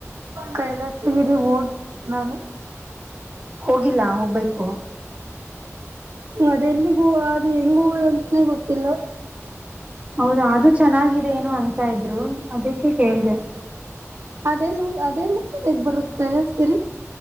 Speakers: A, on the right; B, on the right.
A: ಕೈಲಾಸಗಿರಿ ಹೋಗ್ ನಾನು.
B: ಹೋಗಿಲ್ಲ ಹೋಗ್ಬೇಕು.
A: ಹು ಅದೆಲ್ಲಿಗುವ ಅದ್ ಹೆಂಗ್ ಹೋಗೋದಂತಾನೇ ಗೊತ್ತಿಲ್ಲ.
B: ಹೌದಾ ಅದು ಚೆನ್ನಾಗಿದೆ ಏನೋ ಅಂತ ಇದ್ರು ಅದಿಕ್ಕೆ ಕೇಳ್ದೆ.
A: ಅದೆಲ್ಲೋ ಅದೆಲ್ಲ ಸರಿಯಾಗ್ ಬರುತ್ ಕೈಲಾಸ್ ಗಿರಿ.